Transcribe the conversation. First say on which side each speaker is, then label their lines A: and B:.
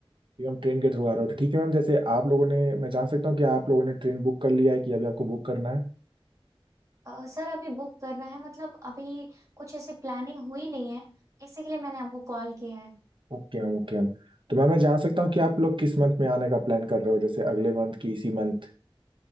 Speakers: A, on the right; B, on the right.
A: मैम ट्रेन के थ्रू आ रहे हो तो ठीक है मैम जैसे आप लोगों ने मैं जान सकता हूँ कि आप लोगों ने ट्रेन बुक कर लिया है कि अभी आपको बुक करना है
B: अ, सर अभी बुक करना है मतलब अभी कुछ ऐसी प्लानिंग हुई नहीं है इसी के लिए मैंने आपको कॉल किया है
A: Okay ma'am okay ma'am तो मैम मैं जान सकता हूँ कि आप लोग किस मंथ में आने का प्लान कर रहे हो जैसे अगले मंथ की इसी मंथ